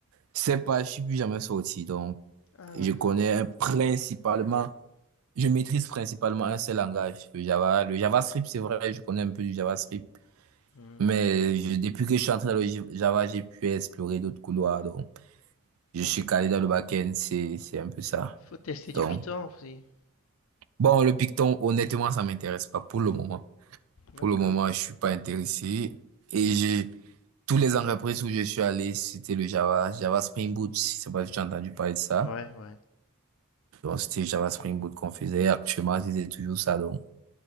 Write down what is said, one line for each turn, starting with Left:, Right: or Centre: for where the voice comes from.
Right: c'est pas, je suis plus jamais sorti. Donc,
Left: Ah,
Right: je
Left: d'accord.
Right: connais principalement Je maîtrise principalement un seul langage, le Java. Le JavaScript, c'est vrai, je connais un peu du JavaScript.
Left: Hmm.
Right: Mais je- depuis que je suis entré dans le J- Java, j'ai pu explorer d'autres couloirs. Donc, je
Left: Ben,
Right: suis
Left: il faut,
Right: calé
Left: il
Right: dans le back-end, c'est, c'est un peu ça.
Left: faut tester du
Right: Donc,
Left: Python aussi.
Right: bon, le Python, honnêtement, ça m'intéresse pas pour le moment.
Left: D'accord.
Right: Pour le moment, je suis pas intéressé. Et j'ai, tous les entreprises où je suis allé, c'était le Java. Java Spring Boot, je sais pas si tu as entendu parler de ça.
Left: Ouais, ouais.
Right: Donc, c'était Java Spring Boot qu'on faisait. Actuellement, c'était toujours ça. Donc,